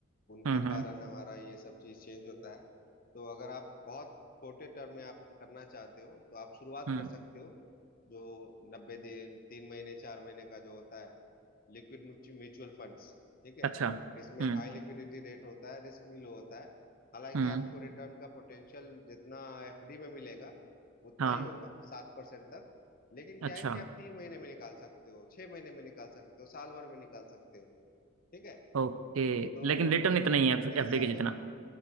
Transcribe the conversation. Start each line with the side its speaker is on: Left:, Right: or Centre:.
Left: उनके
Right: हम्म
Left: कारण
Right: हम्म
Left: हमारा ये सब चीज चेंज होता है तो अगर आप बहुत छोटे टर्म में आप करना चाहते हो तो आप शुरुआत
Right: हम्म
Left: कर सकते हो जो नब्बे दिन तीन महीने चार महीने का जो होता है लिक्विड म्यूचुअल फंड्स ठीक है
Right: अच्छा
Left: इसमें
Right: हम्म
Left: हाई लिक्विडिटी रेट होता है रिस्क भी लो होता है हालांकि
Right: हम्म
Left: आपको रिटर्न का पोटेंशियल जितना एफडी में मिलेगा उतना
Right: हाँ
Left: ही होगा सात परसेंट तक लेकिन क्या
Right: अच्छा
Left: है कि आप तीन महीने में निकाल सकते हो छह महीने में निकाल सकते हो साल भर में निकाल सकते हो ठीक है
Right: ओके
Left: तो
Right: लेकिन रिटर्न इतना ही है
Left: मेरे
Right: एफडी
Left: हिसाब
Right: के जितना